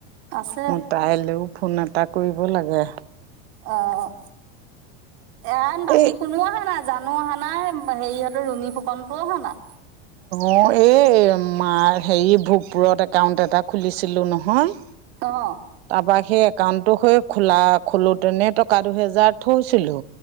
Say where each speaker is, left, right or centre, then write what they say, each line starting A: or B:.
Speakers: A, on the right; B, on the right.
A: আছে।
B: মোৰ তাইলৈও ফোন এটা কৰিব লাগে।
A: অ', ইয়াত বাকী
B: এই
A: কোনো আহা নাই। জানও অহা নাই, হেৰিহঁতৰ ৰুমি ফুকনটোও অহা নাই।
B: অ', এই মা হেৰি ভোগপুৰত একাউণ্ট এটা খুলিছিলোঁ নহয়।
A: অ'।
B: তাৰপৰা সেই একাউণ্টটো হৈ খোলা খোলোতেনে টকা দুহেজাৰ থৈছিলো।